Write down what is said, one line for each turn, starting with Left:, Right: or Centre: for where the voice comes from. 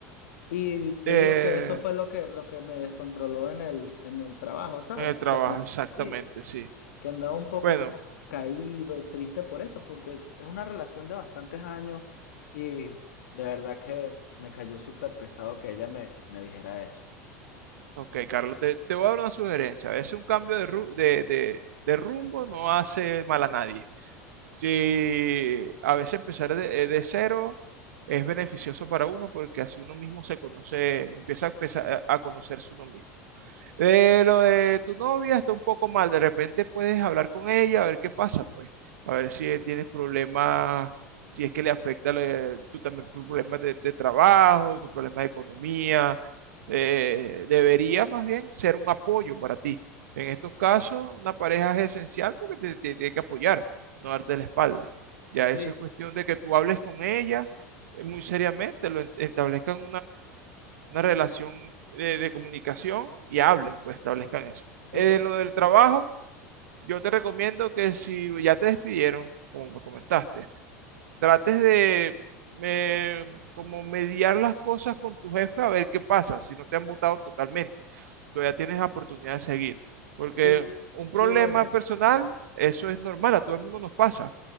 Left: Y yo
Right: Eh,
Left: digo que eso fue lo que, lo que me descontroló en el, en el trabajo, ¿sabes?
Right: en el trabajo,
Left: Que anda-
Right: exactamente,
Left: sí,
Right: sí.
Left: que andaba un poco
Right: Bueno,
Left: como caído, triste por eso, porque es una relación de bastantes años y de verdad que me cayó súper pesado que ella me, me dijera eso.
Right: ok, Carlos, te, te voy a dar una sugerencia. A veces un cambio de, ru- de, de- de rumbo no hace mal a nadie. Sí, a veces empezar de, eh, de cero es beneficioso para uno porque así uno mismo se conoce, empieza a, pesa- a a conocerse uno mismo. Eh, lo de tu novia está un poco mal. De repente puedes hablar con ella, a ver qué pasa, pues. A ver si tienes problemas, si es que le afecta le- tú también tu problema de, de trabajo, tu problema de economía. Eh, debería más bien ser un apoyo para ti. En estos casos, una pareja es esencial porque te, te tiene que apoyar, no darte la espalda. Ya
Left: Sí,
Right: eso es cuestión de que tú hables con ella eh, muy seriamente, lo en- establezcan una relación de, de comunicación y hablen, pues establezcan eso.
Left: sí,
Right: En
Left: yo,
Right: lo del trabajo, yo te recomiendo que si ya te despidieron, como me comentaste, trates de eh, como mediar las cosas con tu jefe a ver qué pasa, si no te han votado totalmente, si todavía tienes la oportunidad de seguir. Porque
Left: sí,
Right: un
Left: sí,
Right: problema
Left: bueno.
Right: personal, eso es normal, a todo el mundo nos pasa